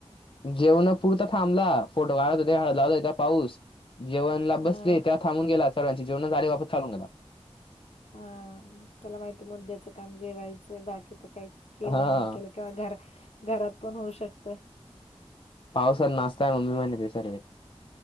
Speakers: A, on the left; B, on the left.
A: जेवण पुरता थांबला फोटो व्हायरत होता हळद लावला होता पाऊस जेवणला
B: हम्म.
A: बसले तेव्हा थांबून गेला सर्वांचे जेवण झाले वापस चालून गेला.
B: हा त्याला माहिती मुद्द्याचं काम जेवायचंय बाकी तर काही केलं
A: हा
B: नाही केलं किंवा घर घरात पण होऊ शकतय
A: पावसात नाचता आहे मम्मी म्हणे ते सर्व